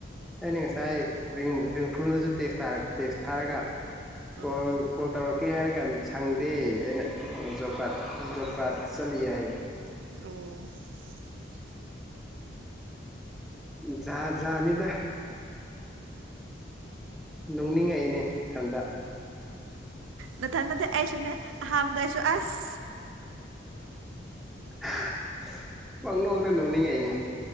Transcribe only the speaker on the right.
ꯑꯣ
ꯑꯣ
ꯅ ꯊ ꯅꯠꯇꯦ ꯑꯁꯨꯅꯦ ꯑꯍꯥꯝꯗ ꯑꯩꯁꯨ ꯑꯁ